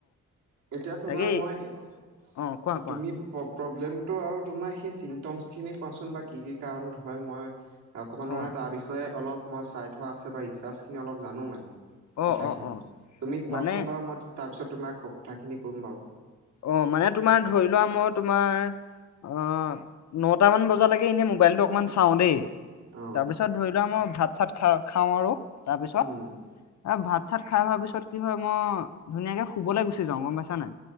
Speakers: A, on the right (about 80°); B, on the left (about 65°).
A: এতিয়া তোমাৰ
B: তাকেই
A: মই এ-তুমি
B: অ কোৱা কোৱা
A: প প্ৰব্লেমটো আৰু তোমাৰ সেই চিনটমছ খিনি কোৱাঁ চোন বা কি কি কাৰণত হয়। মই অকমান
B: অ
A: মানে তাৰ বিষয়ে অলপ মই চাই থোৱা আছে বা ৰিচাৰ্চ খিনি অলপ জানো মানে কথাখিনি।
B: অ অ অ
A: তুমি কোৱাচোন
B: মানে
A: বাৰু মই তাৰপিছত তোমাক ক কথাখিনি কম বাৰু।
B: অ', মানে তোমাৰ ধৰি লোৱাঁ মই তোমাৰ অ', নটামান বজালৈকে এনেই মোবাইলটো অকনমান চাওঁ দেই
A: অ',
B: তাৰপিছত ধৰি লোৱাঁ মই ভাত চাত খা খাওঁ আৰু তাৰপিছত
A: উম,
B: এ ভাত চাত খাই হোৱা পিছত কি হয় মই ধুনীয়াকে শুবলে গুচি যাওঁ গম পাইছা নাই।